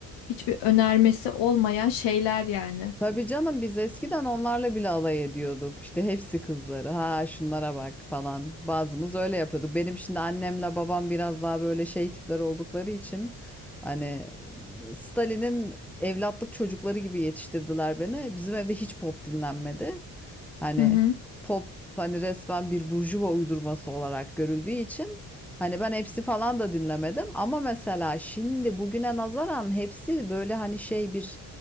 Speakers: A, on the left; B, in the centre.
A: hiçbir önermesi olmayan şeyler yani.
B: Tabii canım biz eskiden onlarla bile alay ediyorduk. İşte hepsi kızları. Ha şunlara bak falan. Bazımız öyle yapıyorduk. Benim şimdi annemle babam biraz daha böyle şey tipler oldukları için hani Stalin'in evlatlık çocukları gibi yetiştirdiler beni. Bizim evde hiç pop dinlenmedi. Hani
A: Hı hı.
B: pop hani resmen bir burjuva uydurması olarak görüldüğü için Hani ben hepsi falan da dinlemedim ama mesela şimdi bugüne nazaran hepsi böyle hani şey bir